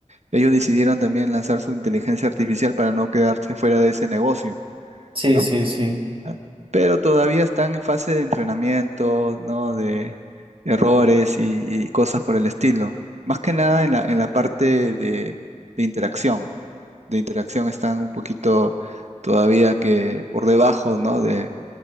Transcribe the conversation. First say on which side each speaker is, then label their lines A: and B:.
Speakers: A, on the right; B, on the right.
A: ellos decidieron también lanzar su inteligencia artificial para no quedarse fuera de ese negocio.
B: Sí,
A: ¿no?
B: sí, sí.
A: Ah, Pero todavía están en fase de entrenamiento, ¿no? De errores y, y cosas por el estilo. Más que nada en la, en la parte de, de interacción. De interacción están un poquito todavía que por debajo, ¿no? De,